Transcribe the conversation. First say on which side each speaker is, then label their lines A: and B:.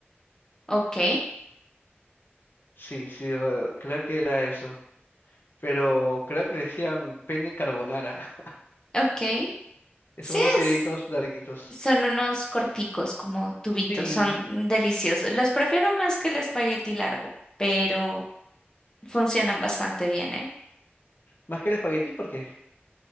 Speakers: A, on the left; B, on the left.
A: Ok,
B: Sí, sí, re- creo que era eso. Pero creo que le decían pene carbonara.
A: ok.
B: <laughs>
A: Sí
B: Son unos fideitos
A: es.
B: larguitos.
A: Son unos corticos, como tubitos,
B: Sí,
A: son deliciosos. Los prefiero más que el espagueti largo, pero funcionan bastante bien, ¿eh?
B: más que el espagueti, ¿por qué?